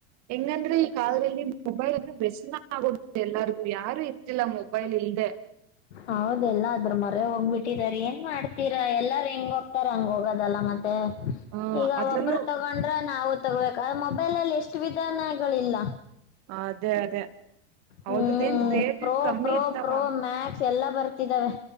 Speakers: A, on the right; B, on the left.
A: ಹೆಂಗಂದ್ರೆ ಈ ಕಾಲದಲ್ಲಿ ಮೊಬೈಲ್ ವ್ಯಸನ ಆಗೋ ಎಲ್ಲರಿಗು ಯಾರು ಇರ್ತಿಲ್ಲ ಮೊಬೈಲ್ ಇಲ್ದೆ.
B: ಹೌದಲ್ಲ ಅದ್ರ ಮರೆ ಹೋಗ್ಬಿದ್ದಾರೆ ಏನ್ ಮಾಡ್ತೀರಾ ಎಲ್ಲಾರ ಹೆಂಗ ಹೋಗ್ತಾರ ಹಂಗ ಹೋಗದಲ್ಲ ಮತ್ತೆ.
A: ಹ
B: ಈಗ
A: ಅದ್ರಲ್ಲೂ
B: ಒಬ್ಬರು ತಗೊಂಡ್ರೆ ನಾವು ತಗೋಬೇಕ ಮೊಬೈಲ್ ಅಲ್ಲಿ ಎಷ್ಟು ವಿಧಾನಗಳಿಲ್ಲ.
A: ಅದೇ ಅದೇ.
B: ಹ್ಮ್
A: ಅವ್ರದ್ದ ಏನ್ ರೇಟ್
B: ಪ್ರೋ
A: ಏನ್ ಕಮ್ಮಿ
B: ಪ್ರೋ
A: ಇರ್ತಾವ
B: ಪ್ರೋ ಮ್ಯಾಕ್ಸ್ ಎಲ್ಲಾ ಬರ್ತಿದ್ದಾವೆ.